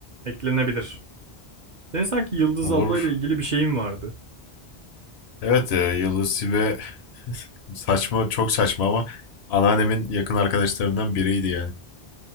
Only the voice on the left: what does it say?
Olur.
Evet e, Yıldız ve <laughs> saçma çok saçma ama anneannemin yakın arkadaşlarından biriydi yani.